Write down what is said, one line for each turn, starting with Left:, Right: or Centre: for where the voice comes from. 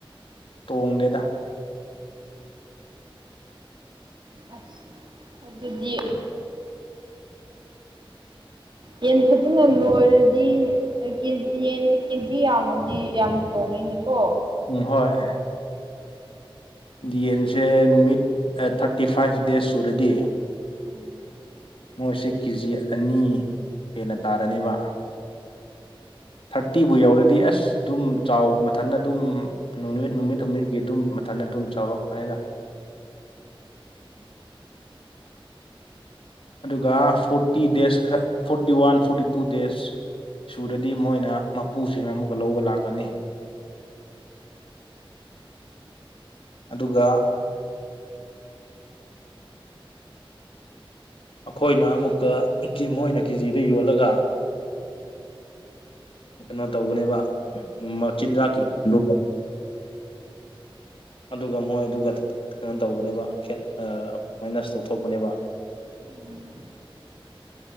Left: ꯇꯣꯡꯗꯦꯗ
Right: ꯑꯁ ꯑꯗꯨꯗꯤ ꯌꯦꯟ ꯐꯖꯅ ꯂꯣꯏꯔꯗꯤ ꯑ ꯀꯦꯖꯤ ꯌꯦꯟꯁꯦ ꯀꯦꯖꯤ ꯌꯥꯝꯃꯗꯤ ꯌꯥꯝ ꯇꯣꯡꯉꯦꯅꯦꯀꯣ
Left: ꯎꯝ ꯍꯣꯏ ꯌꯦꯟꯁꯦ ꯅꯨꯃꯤꯠ ꯊꯥꯔꯇꯤ ꯐꯥꯏꯚ ꯗꯦꯖ ꯁꯨꯔꯗꯤ
Right: ꯎꯝ
Left: ꯃꯣꯏꯁꯤ ꯀꯦꯖꯤ ꯑꯅꯤ ꯍꯦꯟꯅ ꯇꯥꯔꯅꯦꯕ ꯊꯥꯔꯇꯤꯕꯨ ꯌꯧꯔꯗꯤ ꯑꯁ ꯑꯗꯨꯝ ꯆꯥꯎ ꯃꯊꯟꯅ ꯑꯗꯨꯝ ꯅꯨꯃꯤꯠ ꯅꯨꯃꯤꯠ ꯍꯨꯝꯅꯤꯒꯤ ꯑꯗꯨꯝ ꯃꯊꯟꯗ ꯑꯗꯨꯝ ꯆꯥꯎꯔꯛꯄꯅꯤꯅ ꯑꯗꯨꯒ ꯐꯣꯔꯇꯤ ꯗꯦꯖ ꯈꯔ forty one forty two days ꯁꯨꯔꯗꯤ ꯃꯣꯏꯅ ꯃꯄꯨꯁꯤꯡ ꯑꯃꯨꯛꯀ ꯂꯧꯕ ꯂꯥꯛꯂꯅꯤ ꯑꯗꯨꯒ ꯑꯩꯈꯣꯏꯅ ꯑꯃꯨꯛꯀ ꯀꯤ ꯃꯣꯏꯅ ꯀꯦꯖꯤꯗ ꯌꯣꯜꯂꯒ ꯀꯩꯅꯣ ꯇꯧꯕꯅꯦꯕ ꯃꯆꯤꯟꯖꯥꯛꯀꯤ ꯃ ꯗꯨ ꯑꯗꯨꯒ ꯃꯣꯏ ꯑꯗꯨꯒ ꯀꯩꯅꯣ ꯇꯧꯕꯅꯦꯕ ꯈꯦꯠ ꯃꯥꯏꯅꯁ ꯇꯧꯊꯣꯛꯄꯅꯦꯕ
Right: ꯎꯝ